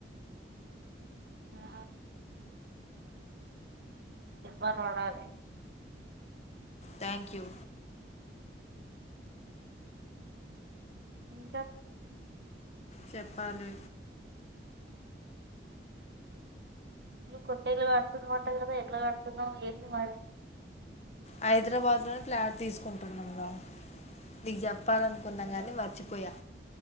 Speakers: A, on the right (about 60°); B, on the left (about 35°).
A: ఆా దెబ్బలు పడాలి
B: థ్యాంక్ యూ
A: ఇంకా
B: చెప్పాలి
A: నువ్వు కొత్తది కడుతున్నా అంట కదా ఎట్లా కడుతున్నావు ఏంటి మరి
B: హైదరాబాద్ లో ప్లాట్ తీసుకుంటున్నాంంగా నీకు చెప్పాలనుకున్నాం కానీ మర్చిపోయా